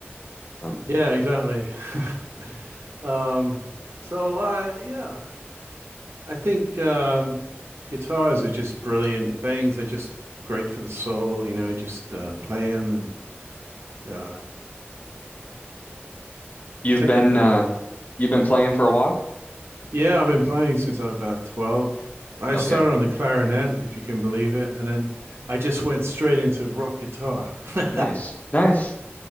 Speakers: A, on the left; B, on the right.
A: Um,
B: yeah, exactly. <laughs> Um, so uh yeah. I think um, guitars are just brilliant things. They're just great for the soul, you know. Just uh, play them and uh,
A: you've
B: technical.
A: been uh you've been playing for a while?
B: Yeah, I've been playing since I was about twelve. I
A: Okay.
B: started on the clarinet, if you can believe it, and then I just went straight into rock guitar. <laughs> you
A: Nice. Nice.